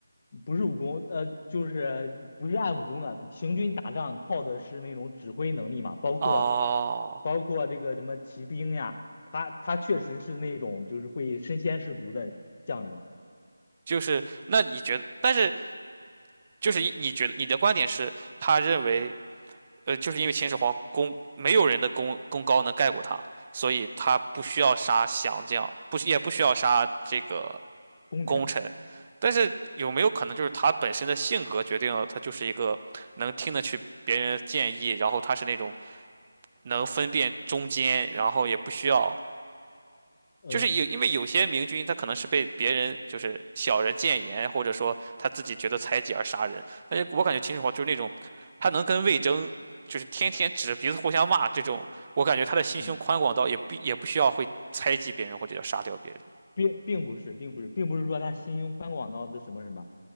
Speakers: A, on the left; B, on the right.
A: 不是武功，呃，就是不是按武功的。行军打仗靠的是那种指挥能力嘛，包括
B: 哦，
A: 包括这个什么骑兵呀，他他确实是那种就是会身先士卒的将领
B: 就是那你觉得，但是就是你觉得你的观点是，他认为。呃，就是因为秦始皇功没有人的功功高能盖过他，所以他不需要杀降将，不需也不需要杀这个
A: 功臣。
B: 功臣。但是有没有可能就是他本身的性格决定了他就是一个能听得去别人的建议，然后他是那种能分辨忠奸，然后也不需要
A: 嗯
B: 就是有，因为有些明君他可能是被别人就是小人谏言，或者说他自己觉得猜忌而杀人。但是我感觉秦始皇就是那种，他能跟魏征就是天天指着鼻子互相骂这种，我感觉他的心胸宽广到也不也不需要会猜忌别人或者要杀掉别人。
A: 嗯，并并不是，并不是，并不是说他心胸宽广到的什么什么，